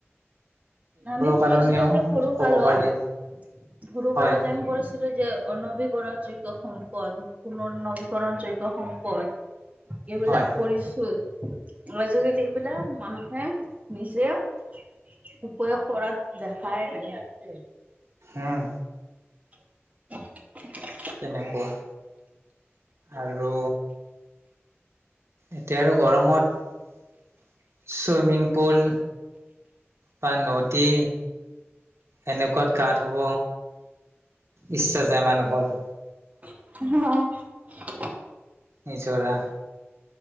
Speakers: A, on the right; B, on the right.
A: আমি পঢ়িছিলো
B: কাৰণেও
A: এ যে সৰু
B: ক'ব
A: কালত
B: পাৰি
A: সৰু
B: হয়
A: কালত আমি পঢ়ি ছিলো যে অনৱীকৰণ যোগ্য সম্পদ পুননৱীকৰণ যোগ্য সম্পদ। এইবিলাক
B: হয়
A: পঢ়িছো। আজিকালি এইবিলাক মানুহে নিজে প্ৰয়োগ কৰাত দেখাই নাই আছে।
B: উম
A: <inaudible>
B: তেনেকুৱা আৰু এতিয়া আৰু গৰমত ছুইমিং পুল বা নদী। এনেকুৱাত গা ধুব ইচ্ছা যায় মানুহৰ।
A: অ',
B: নিজৰা।